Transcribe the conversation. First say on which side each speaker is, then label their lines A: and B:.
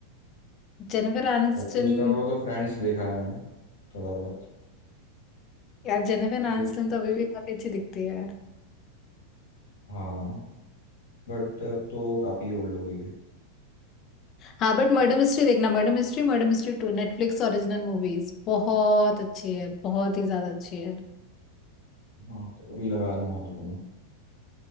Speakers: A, on the left (about 30°); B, on the left (about 55°).
A: जेनिफर एनिस्टन
B: बाकी उसका वो तो फ्रेंड्स देखा है मैंने थोड़ा बहुत
A: यार जेनिफर आनिस्टन
B: ये-
A: तो अभी भी काफी अच्छी दिखती है
B: हाँ बट अब तो वो काफी ओल्ड हो गई है
A: हाँ बट मर्डर मिस्ट्री देखना murder mystery murder mystery two Netflix original movies बहुत अच्छी है बहुत ही ज्यादा अच्छी है <laughs>
B: हाँ तो अभी लगा दूंगा उसको